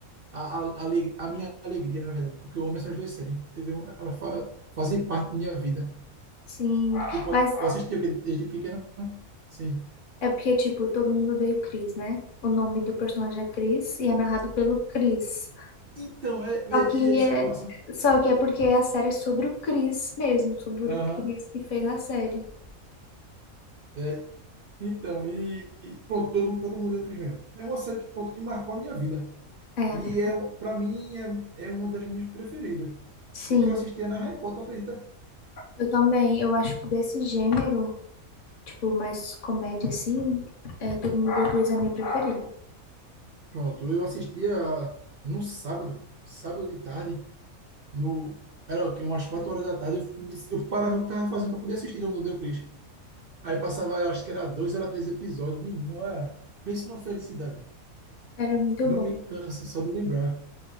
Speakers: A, on the right; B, on the left.
A: A, a, ale- a minha alegria, na verdade, porque eu amo essas duas séries, entendeu? Elas fa- fazem parte da minha vida.
B: Sim,
A: Tipo,
B: mas
A: eu assisti o que desde pequeno. Sim.
B: É porque, tipo, todo mundo odeia o Chris, né? O nome do personagem é Chris e é narrado pelo Chris.
A: Então, é, é-
B: Só que
A: e é isso
B: é,
A: que é massa.
B: só que é porque a série é sobre o Chris mesmo, sobre
A: Aham.
B: o Chris que fez a série.
A: é. Então, e, e pronto, todo, mundo- todo mundo deu o Cris mesmo. É uma série que, pronto, que marcou a minha vida.
B: É,
A: E
B: a minha.
A: é,
B: cap-
A: para mim é, é uma das minhas preferidas.
B: Sim,
A: Porque eu assistia na Record, tu acredita?
B: eu também. Eu acho que desse gênero, tipo, mais comédia assim, é, Todo Mundo Odeia o Chris é a minha preferida.
A: Pronto, eu assistia num sábado, sábado de tarde, no, era o quê? Umas 4 horas da tarde, eu, me- eu parava o que estava fazendo para poder assistir Todo Mundo Deu Cris. Aí passava, eu acho que era dois, era três episódios. Menino, é- pensa numa felicidade.
B: Era muito
A: não
B: bom.
A: me cansa só de lembrar.